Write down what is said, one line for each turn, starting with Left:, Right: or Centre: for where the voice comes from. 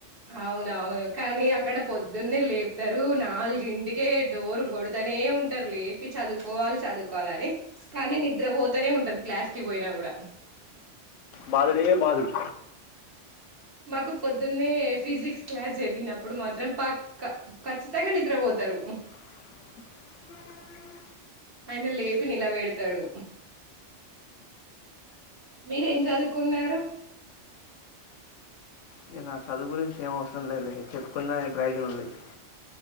Right: అవునవును కానీ అక్కడ పొద్దున్నే లేపుతారు నాలుగింటికే డోర్ కొడతనే ఉంటారు లేపి చదువుకోవాలి చదువుకోవాలని కానీ నిద్రపోతూనే ఉంటాం క్లాస్ కి పోయినా కూడ
Left: బాదుడే బాదుడు
Right: మాకు పొద్దున్నే ఫిజిక్స్ క్లాస్ జరిగినప్పుడు మాత్రం పక్కా ఖచ్చితంగా నిద్రపోద్దు తరు
Left: హ
Right: ఆయన లేపి నిలవేడతాడు మీరేం చదువుకున్నారు
Left: ఇక నా చదువు గురించి ఏం అవసరం లేదులే చెప్పుకున్నా ఏం ప్రయోజనం లేదు